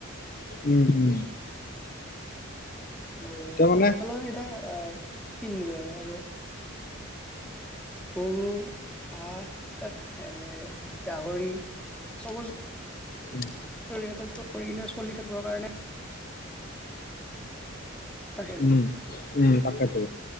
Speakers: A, on the left (about 45°); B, in the centre.
A: উম উম।
B: এ
A: এতিয়া মানে
B: পশুপালনৰ এটা। আহ কি বুলি কয় আৰু গৰু, হাঁহ এৰ গাহৰি। চবৰ। চবৰ
A: উম
B: জৰিয়তে তৰ কিনা চলি থাকিব কাৰণে। আহে আৰু
A: উম-উম তাকটো